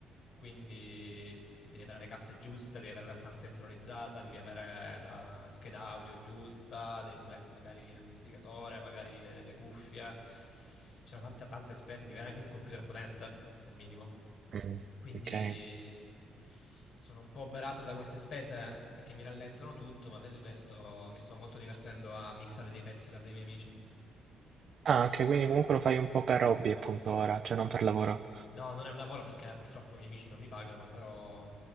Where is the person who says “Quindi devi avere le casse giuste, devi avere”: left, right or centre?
Left